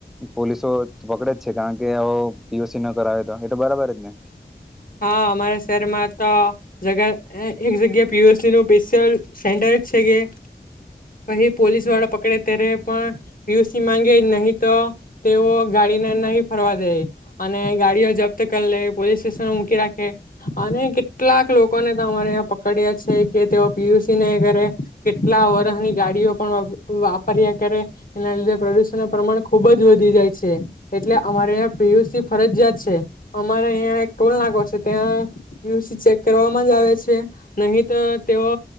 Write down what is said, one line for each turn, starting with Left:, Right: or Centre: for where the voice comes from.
Centre: પોલીસો પકડે જ છે કારણ કે આવો પીયુસી ન કરાવે તો એ તો બરાબર જ ને
Left: હા અમારા શહેરમાં તો જગ એક જગ્યા પીુસ નું સ્પેશિયલ સેન્ટર જ છે કે પ પોલીસ વાળા પકડે ત્યારે પણ પીયુસી માંગે નહી તો તેઓ ગાડીને નહી ફરવા દે અને ગાડીઓ જપ્ત કરી લે પોલીસ સ્ટેશન મૂકી રાખે અને કેટલાક લોકોને અરે પકડ્યા છે કે તેઓ પીયુસી નહી કરે કેટલા વરહની ગાડીઓ પણ વાપર્યા કરે એના લીધે પ્રદુષણ ના પ્રમાણ ખુબ જ વધી જાય છે એટલે અમારેં પીયુસી ફરજિયાત છે અમારે અહં એક ટોલ નાકો છે ત્યાં પીયુસી ચેક કરવામાં જ આવે છે નહી તો તેઓ